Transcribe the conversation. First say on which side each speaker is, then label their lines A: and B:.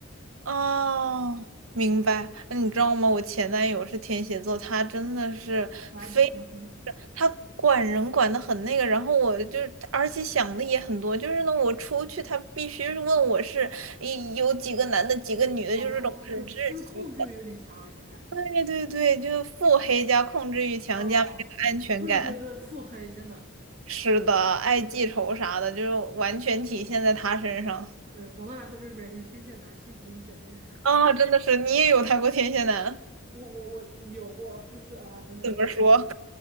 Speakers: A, on the right; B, on the right.
A: 哦，明白。那你知道吗？我前男友是天蝎座，他真的是非，
B: 垃圾虫。<laughs>
A: 他管人管的很那个。然后我就，而且想的也很多，就是呢，我出去他必须是问我是一有几个男的，几个女的，
B: 哦，
A: 就是这种很窒息。
B: 对，就是控制欲有点强，而且还。
A: 对对对，就是腹黑加控制欲强加没有安全感。
B: 哦，对对对，腹黑真的，
A: 是的，爱记仇啥的，就是完全体现在他身上。
B: 对，总的来说就是远离天蝎男，幸福一整年。
A: 啊、真的是，你也有谈过天蝎男？
B: <laughs> 我我我有过，就是啊，真的，
A: 怎么说？